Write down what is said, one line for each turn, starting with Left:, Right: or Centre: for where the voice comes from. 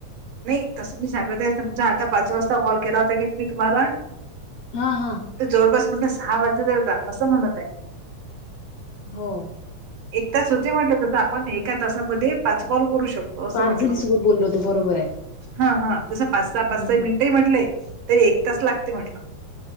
Right: नाही तसं मी सांगत आहे समजा आता पाच वाजता कॉल केला होता की मी तुम्हाला
Left: हा हा.
Right: तरं जवळपांस म्हटलं सहा वाजत आहे आता. असं म्हणतं आहे.
Left: हो.
Right: एक तास होते म्हंटल तसं. आपणं एका तासांमध्ये पांच कॉल करूं शकतो. असं
Left: पांच
Right: म्हटलं.
Left: जणीसोबत बोललो तर बरोबर आहे.
Right: हां. हां. जसं पांच सहा पांच
Left: हम्म
Right: सहाही मिनिटं म्हंटलंय, तरी एक तास लागते म्हंटलं.